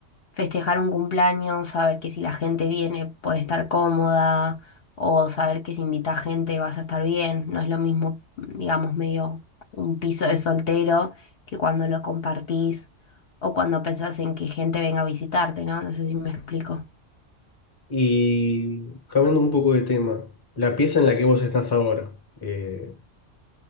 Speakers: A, on the left; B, on the left.
A: festejar un cumpleaños, saber que si la gente viene puede estar cómoda o saber que si invita gente vas a estar bien. No es lo mismo, digamos, medio un piso de soltero que cuando lo compartís o cuando pensás en que gente venga a visitarte, ¿no? No sé si me explico.
B: Y cambiando un poco de tema, la pieza en la que vos estás ahora, eh,